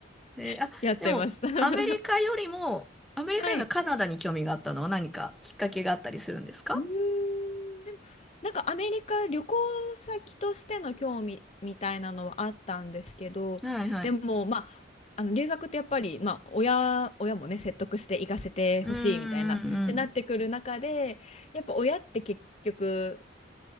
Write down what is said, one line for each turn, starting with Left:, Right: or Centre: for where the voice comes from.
Centre: えーあ、
Left: <laughs> やってました
Centre: でも、アメリカよりも、
Left: <laughs>
Centre: アメリカよりもカナダに興味があったのは何かきっかけがあったりするんですか
Left: はい。うーん、なんかアメリカ旅行先としての興味みたいなのはあったんですけど、
Centre: はいはい。
Left: でも、まあ、あの留学ってやっぱり、まあ、親、親もね、説得して行かせてほしいみたいな、
Centre: うーん、うん、
Left: ってなってくる中で、
Centre: うん。
Left: やっぱ親って結局、